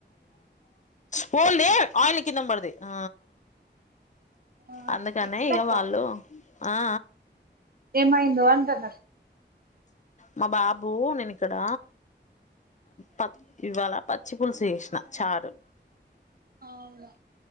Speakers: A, on the left; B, on the right.
A: పోఓల్దే ఆయిల్ కిందం పడది ఆ
B: ఆ
A: అందుకనే
B: ఏమైందక్క
A: ఇక వాళ్ళు ఆ
B: ఏమైంది అంటూనా
A: మా బాబు నేను ఇక్కడ ప ఇవాళ పచ్చి పులుసు చేసిన చారు
B: అవునా